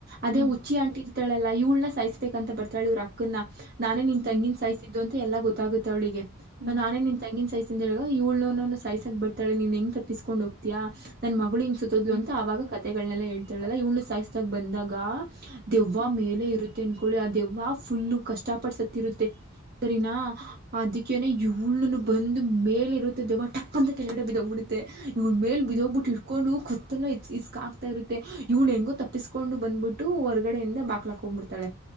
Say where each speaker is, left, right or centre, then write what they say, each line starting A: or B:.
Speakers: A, on the right; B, on the right.
A: ಅದೇ
B: ಹ್ಮ್
A: ಹು ಹುಚ್ಚಿ ಆಂಟಿ ಇರ್ತಾಳಲ್ಲ ಇವಳ್ನ ಸಾಯಿಸ್ಬೇಕ್ಂತ ಬತಾಳ ಇವ್ರ ಅಕ್ಕನ ನಾನೇ ನಿಮ್
B: ಹ್ಮ್
A: ತಂಗಿನ ಸಾಯ- ಇದು ಅಂತ ಎಲ್ಲಾ ಗೊತ್ತಾಗುತ್ತೆ ಅವಳಿಗೆ
B: ಹ್ಮ್
A: ನಾನೇ ನಿನ್ ತಂಗಿನ ಸೈ <unintelligible> ಇವಳುನು ಸೈಸಕ್ ಬತಾಳ ನೀನ್ ಹೆಂಗ್ ತಪ್ಪಿಸಕೊಂಡ್ ಹೋಗ್ತಿಯಾ ನನ್ ಮಗಳು ಹಿಂಗ್ ಸ್
B: ಹ್ಮ್
A: <inaudible> ಅವಾಗ ಕತೆಗಳನೆಲ್ಲ ಹೇಳ್ತಾಳಲ್ಲ ಇವಳ್ನ ಸಾಯಿಸ್ತಾಗ ಬಂದಾಗ ದೆವ್ವ
B: ಹ್ಮ್ ಹ್ಮ್
A: ಮೇಲೆ ಇರುತ್ ತಿನ್ಕೊಳ್ಳಿ ಅ ದೆವ್ವ ಫುಲ್ಲು ಕಷ್ಟ ಪಟ್ಟು ಸತ್ತಿರುತ್ತೆ ಸರಿನಾ
B: ಹ್ಮ್
A: ಅದಕ್ಕೆನೆ ಯುನೂನೂ ಬಂದು ಮೇಲೆ ಇರುತ್ತ ದೇವ್ವ ಟಪ್ಪ ಅಂತ ಕೆಳಗಡೆ ಬಿದ್ಹೋಗ್ಬಿಡುತ್ತೆ ಯೂನ್ ಮೇಲೆ
B: ಹ್ಮ್
A: ಬಿಧೋಗ್ಬಿಟ್ ಇರ್. ಹಕೊಂಡು ಕುತ್ತಲ್ಲ ಇಚ್ ಇಚ್ಕಾ ಆಗ್ತಾ ಇತ್ತೆ ಇವಳು ಹೆಂಗ ತಪ್ಪಿಸಕೊಂಡು ಬಂದ್ಬಿಟ್ಟು ಹೊರ್ಗಡೆಯಿಂದ ಬಾಕ್ಲ ಹಾಕೊಂಡ್ಬಿಡ್ ತ್ತಾಳೆ